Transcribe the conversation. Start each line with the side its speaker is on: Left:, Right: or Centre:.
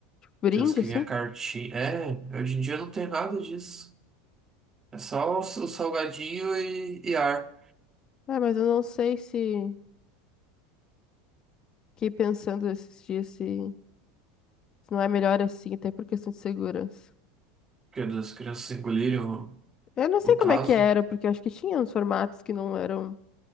Left: brinde,
Right: tem os que
Left: assim?
Right: vinha cartinha. É, hoje em dia não tem nada disso. É só o, s- o salgadinho e, e ar,
Left: É, mas eu não sei se... Fiquei pensando esses dias se, se não é melhor assim, até por questão de segurança.
Right: porque as crianças engolirem o,
Left: Eu não sei
Right: o
Left: como
Right: Tazo.
Left: é que era, porque eu acho que tinha uns formatos que não eram...